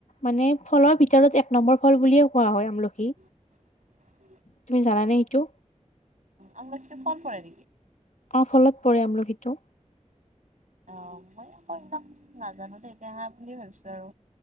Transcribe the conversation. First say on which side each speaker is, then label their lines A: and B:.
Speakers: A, on the left; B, on the right.
A: মানে ফলৰ ভিতৰত এক নম্বৰ ফল বুলি। খোৱা হয়, আমলখি।
B: <unintelligible>
A: তুমি জানা নে সেইটো।
B: আমলখিটো ফল পৰে নেকি
A: অহ, ফলত। পৰে আমলখিটো।
B: অহ' মই আকৌ এইবিলাক নাজানো দেই কেহা বুলি ভাবিছোঁ আৰু।